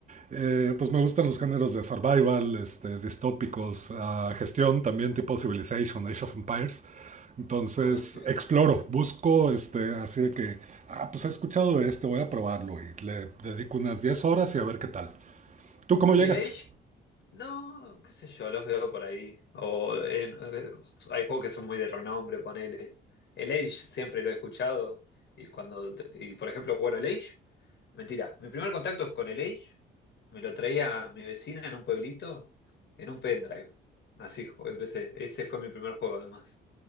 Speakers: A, on the right (about 35°); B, on the left (about 60°).
A: Eh, pues me gustan los géneros de survival, este, distópicos, ah, gestión también tipo Civilization, Age of Empires. Entonces
B: Ah, sí.
A: exploro, busco este, así de que, ah, pues he escuchado de este, voy a probarlo y le dedico unas 10 horas y a ver qué tal. ¿Tú cómo
B: ¿Y
A: llegas?
B: el Age? No, qué sé yo, los veo por ahí. O en- eh, hay juegos que son muy de renombre, ponele. El Age siempre lo he escuchado. Y cuando, y por ejemplo, bueno, el Age, mentira. Mi primer contacto con el Age me lo traía mi vecina en un pueblito, en un pendrive. Así empecé. Ese fue mi primer juego, además.